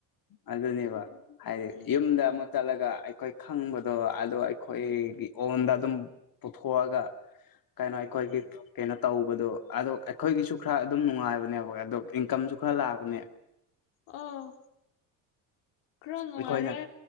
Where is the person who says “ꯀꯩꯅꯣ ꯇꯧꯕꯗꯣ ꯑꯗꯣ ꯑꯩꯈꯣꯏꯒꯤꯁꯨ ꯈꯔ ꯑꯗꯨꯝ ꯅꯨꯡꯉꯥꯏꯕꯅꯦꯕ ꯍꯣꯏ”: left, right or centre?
Left